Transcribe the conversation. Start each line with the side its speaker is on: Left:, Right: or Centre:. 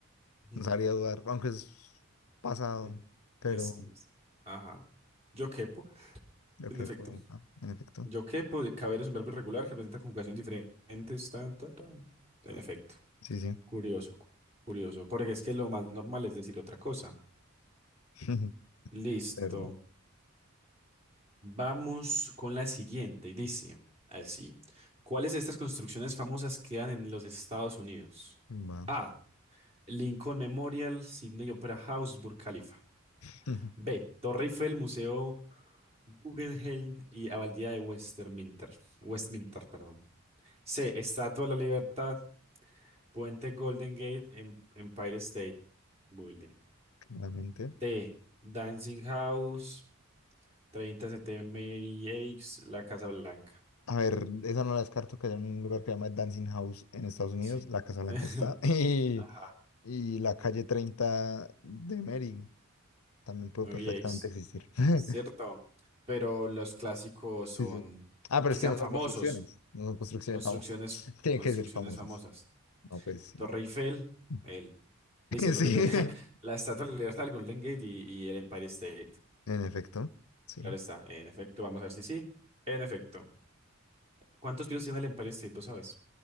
Right: Ujú,
Left: nos haría dudar, aunque es pasado,
Right: Sí.
Left: pero
Right: Es, es- Ajá. Yo quepo.
Left: yo
Right: En
Left: qué
Right: efecto.
Left: puedo, ah, En efecto.
Right: Yo quepo, de caber es un verbo irregular que presenta conjugaciones diferentes. Tan, tan, tan. En efecto.
Left: Sí, sí.
Right: Curioso, cu- curioso, porque es que lo más normal es decir otra cosa.
Left: <laughs>
Right: Listo.
Left: Perdón.
Right: Vamos con la siguiente. y Dice así. ¿Cuáles de estas construcciones famosas quedan en los Estados Unidos?
Left: Va.
Right: A. Lincoln Memorial, Sydney Opera House, Burj Khalifa.
Left: <laughs>
Right: B. Torre Eiffel, Museo Guggenheim y Abadía de Westminster. Westminster, perdón. C. Estatua de la Libertad, Puente Golden Gate, em- Empire State Building.
Left: Claramente.
Right: D. Dancing House, 30 Mary X, La Casa Blanca.
Left: A ver, esa no la descarto, que haya un lugar que se llama Dancing House en Estados Unidos,
Right: Sí.
Left: la Casa Blanca
Right: <laughs>
Left: está, <laughs> y,
Right: Ajá.
Left: y la calle 30 de Mary también puede
Right: Mary
Left: perfectamente
Right: X.
Left: existir. <laughs>
Right: Cierto. Pero los clásicos son
Left: Sí, sí. Ah, pero
Right: que
Left: es
Right: sean
Left: que no
Right: famosos.
Left: son construcciones, no son construcciones
Right: Construcciones,
Left: famosas. <laughs> Tienen
Right: construcciones
Left: que ser famosas.
Right: famosas.
Left: No, pues sí.
Right: Torre Eiffel,
Left: <laughs>
Right: el. ¿Veis que Torre
Left: Sí,
Right: Eiffel? <laughs> La Estatua de la Libertad, el Golden Gate y, y el Empire State.
Left: en efecto, sí.
Right: Claro está. En efecto, vamos a ver si sí. En efecto. ¿Cuántos pisos tiene el Empire State? ¿Lo sabes?